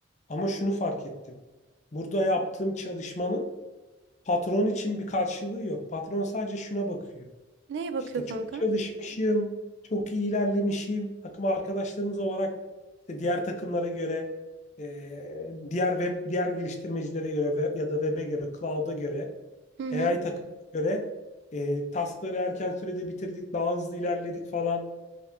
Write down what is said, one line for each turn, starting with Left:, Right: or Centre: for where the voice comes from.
Left: Ama şunu fark ettim. Burada yaptığım çalışmanın patron için bir karşılığı yok. Patron sadece şuna bakıyor.
Right: Neye bakıyor
Left: İşte çok
Right: kanka?
Left: çalışmışım, çok iyi ilerlemişim. Takım arkadaşlarımız olarak işte diğer takımlara göre, e, diğer web, diğer geliştirmecilere göre ve, ya da web'e göre, cloud'a göre,
Right: Hı hı
Left: AI takım göre e, taskları erken sürede bitirdik, daha hızlı ilerledik falan.